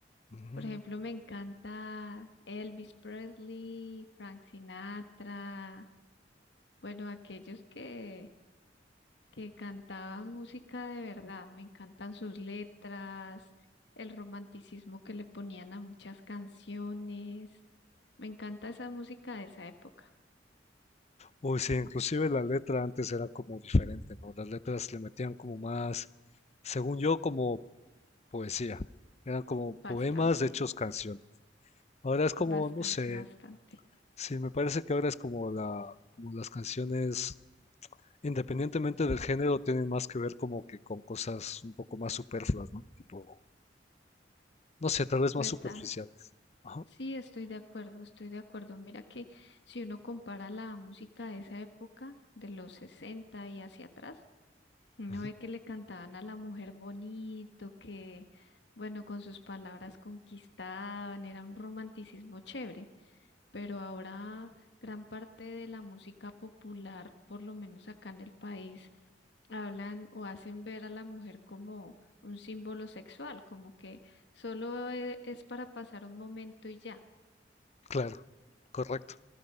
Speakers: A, on the left; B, on the left.
A: Ujú.
B: Por ejemplo, me encanta Elvis Presley, Frank Sinatra, bueno, aquellos que, que cantaban música de verdad. Me encantan sus letras, el romanticismo que le ponían a muchas canciones. Me encanta esa música de esa época.
A: Uy, sí, inclusive la letra antes era como diferente, ¿no? Las letras le metían como más, según yo, como poesía. Eran como
B: Bastante,
A: poemas hechos canción. Ahora es como,
B: bastante,
A: no sé,
B: bastante.
A: Sí, me parece que ahora es como la, como las canciones, independientemente del género, tienen más que ver como que con cosas un poco más superfluas, ¿no? Tipo, no sé, tal vez
B: ¿Verdad?
A: más superficiales. Ajá.
B: Sí, estoy de acuerdo, estoy de acuerdo. Mira que si uno compara la música de esa época, de los 60 y hacia atrás, uno
A: Ujú.
B: ve que le cantaban a la mujer bonito, que, bueno, con sus palabras conquistaban, era un romanticismo chévere, pero ahora gran parte de la música popular, por lo menos acá en el país, hablan o hacen ver a la mujer como un símbolo sexual, como que solo eh, es para pasar un momento y ya.
A: Claro, correcto.